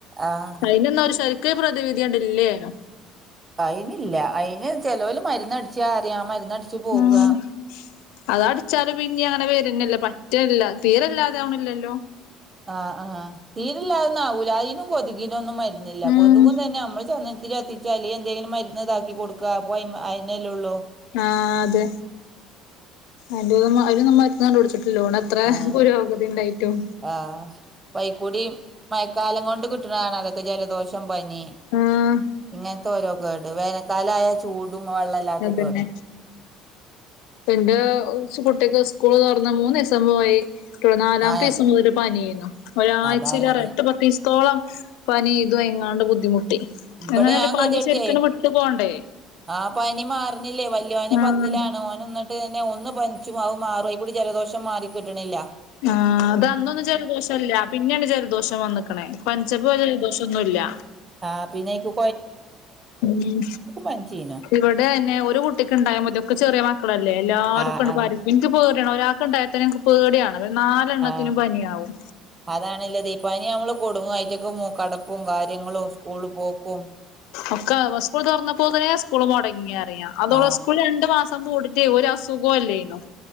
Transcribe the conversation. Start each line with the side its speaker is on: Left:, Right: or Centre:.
Right: ആഹ്
Left: അതിനെന്ന ഒരു ശരിക്കൊരു പ്രതിവിധി കണ്ടില്യരുന്നു
Right: അയിനില്ല അയിന് ചെലവൽ മരന്ന്ടിച്ച അറിയാം മരുന്ന്ടിച്ച് പോകുക.
Left: ഉം അതടിച്ചാല് പിനി അങ്ങനെ വരുന്നല്ല പറ്റില്ല തീരെല്ലാതെ ആവണില്ലല്ലോ
Right: ആഹ് ആഹ് തീരെല്ലാതന്ന ആവൂല അതിനും കൊതുകിനൊന്നും മരുന്നില്ല
Left: ഉം
Right: കൊതുകും തന്നെ നമ്മള് ചെന്ന് ഒത്തിരത്തിച്ചാല് എന്തെങ്കിലും മരുന്ന് ഇതാക്കി കൊടുക്കുക അ അയില്ലേ ഉള്ളോ..
Left: ആ അതെ അന്റെ അര് നമ്മറ്റണ്ട് വിടിച്ചിട്ട ലോണ അത്ര
Right: ആഹ്
Left: പുരോഗതി ഉണ്ടായിട്ടും
Right: ആഹ് പൈക്കൂടി മഴക്കാലം കൊണ്ട് കിട്ടുന്നതാണ് അതൊക്കെ ജലദോഷ ച്ചം പനി
Left: ആഹ്
Right: ഇങ്ങനത്തെ ഓരോ കേട് വേനൽക്കാല ആയാ ചൂടും വെള്ളമല്ലാത്ത
Left: അതന്നെ
Right: കേട്..
Left: എന്റെ കുട്ടിക്ക് സ്കൂൾ തുറന്ന് മൂന്ന് ദിവസം പോയി നാലാമത്തെ
Right: ആഹ്
Left: ദിവസം മുതൽ പനിയ്യർന്നു. ഒരാഴ്ചയിലാറെ
Right: അതാർഞ്ഞത്
Left: എട്ട് പത്ത് ദിവ സിം ത്തോളം പനി ഇതും ഐങ്ങാണ്ട് ബുദ്ധിമുട്ടി.
Right: ഇബടെ
Left: എങ്ങനെലും
Right: ഞാൻ
Left: പനി
Right: കെതിയെട്ടെ
Left: ശരിക്കുംവിട്ട് പോണ്ടേ
Right: ആ പനി മാർണില്ലേ. വല്യോന്
Left: ആഹ്
Right: പത്തിലാണ് ഓനിന്നിട്ട് ട്ട് തന്നെ ഒന്ന്‌ പനിച്ചു അതുമാറും അയിക്കൂടി ജലദോഷം മാറി കിട്ട്ണില്ല.
Left: ആഹ് അതന്നൊന്നും ജലദോഷല്ല്യ പിന്നെയാണ് ജലദോഷം വന്ന്‌ക്ക്ണ്‌ പനിച്ചപ്പോ ആ ജലദോഷോഷം ന്നുല്ല.
Right: ആ പിന്നൈക്കൂ
Left: ഉം.
Right: പനിച്ചീനു
Left: ഇവിടെ ആയെന്നെ ഒരു കുട്ടിക്ക് ഉണ്ടായമതി ഒക്കെ ചെറിയ മ ക്കളല്ലേ എല്ലാരുകണ്ട്
Right: ആ ആ
Left: പരി സ് ഇൻക്ക് പേടിയാണ്. ഒരാക്കിണ്ടായത്തേനെ ഇൻക്ക് പേടിയാണ് പിന്നെ നാലെണ്ണത്തിനും
Right: ആ
Left: പനിയാവും
Right: അതാണല്ലത്. ഇപ്പനി നമ്മള് കുടുങ്ങും. ആയിറ്റക്ക് മൂക്കടപ്പും കാര്യങ്ങളും സ്കൂള് പോക്കും.
Left: ഒക്ക സ്കൂൾ തുറന്നപ്പോത്തന്നെ സ്കൂൾ മുടങ്ങിയറിയ അതോള്
Right: ആ
Left: സ്കൂള് രണ്ടു മാസം കൂടിട്ട് ഒരു അസുഖം ഇല്ലേയ്നു